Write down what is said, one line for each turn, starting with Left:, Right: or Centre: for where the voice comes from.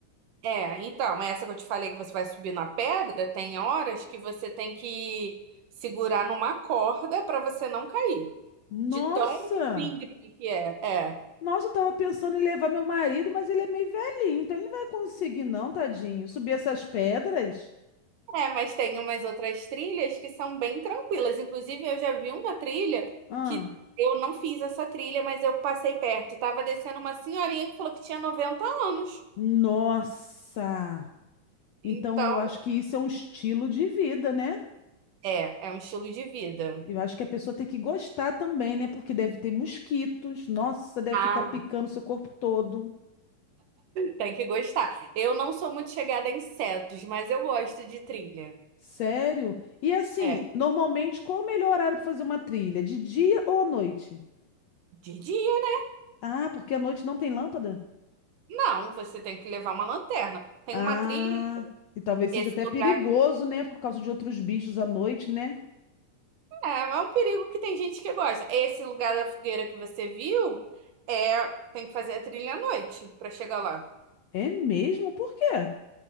Right: É, então, é essa que eu te falei que você vai subir na pedra, tem horas que você tem que segurar numa corda para você não cair.
Left: Nossa!
Right: De tão íngreme que é. É.
Left: Nossa, eu tava pensando em levar meu marido, mas ele é meio velhinho, então ele não vai conseguir, não, tadinho. Subir essas pedras?
Right: É, mas tem umas outras trilhas que são bem tranquilas. Inclusive, eu já vi uma trilha
Left: Ah,
Right: que eu não fiz essa trilha, mas eu passei perto. Tava descendo uma senhorinha que falou que tinha 90 anos.
Left: nossa!
Right: Então,
Left: Então eu acho que isso é um estilo de vida, né?
Right: é, é um estilo de vida.
Left: Eu acho que a pessoa tem que gostar também, né? Porque deve ter mosquitos. Nossa, deve
Right: Ah.
Left: ficar picando seu corpo todo.
Right: Tem que gostar. Eu não sou muito chegada a insetos, mas eu gosto de trilha.
Left: Sério? E assim,
Right: É,
Left: normalmente, qual o melhor horário para fazer uma trilha? De dia ou à noite?
Right: de dia.
Left: Ah, porque à noite não tem lâmpada?
Right: Não, você tem que levar uma lanterna. Tem
Left: Ah,
Right: uma trilha,
Left: e talvez
Right: esse
Left: seja até
Right: lugar.
Left: perigoso, né? Por causa de outros bichos à noite, né?
Right: É, é um perigo que tem gente que gosta. Esse lugar da fogueira que você viu, é, tem que fazer a trilha à noite para chegar lá.
Left: É mesmo? Por quê?